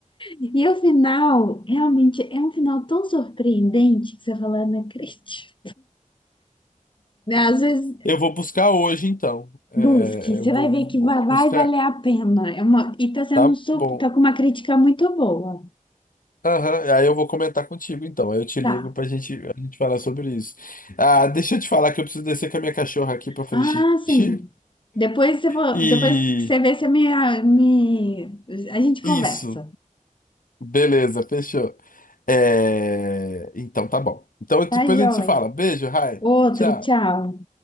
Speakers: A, on the left; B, on the left.
A: E o final, realmente, é um final tão surpreendente que você fala, não acredito. Às vezes.
B: eu vou buscar hoje então, É,
A: Busque, você
B: eu vou
A: vai ver que
B: vou
A: vai, vai
B: buscar,
A: valer a pena. É uma, e tá sendo
B: tá
A: super,
B: bom.
A: tá com uma crítica muito boa.
B: Aham, aí eu vou comentar contigo então. Aí eu te
A: Tá.
B: ligo pra gente, a gente falar sobre isso. Ah, deixa eu te falar que eu preciso descer com a minha cachorra aqui pra fazer
A: Ah,
B: xixi.
A: sim. Depois, você vo-
B: E
A: depois que você vê, você me, me. A gente conversa.
B: isso, beleza, fechou. É, Então tá bom. Então
A: Tá,
B: depois
A: joia?
B: a gente se fala. Beijo, Rai.
A: Outro,
B: Tchau.
A: tchau.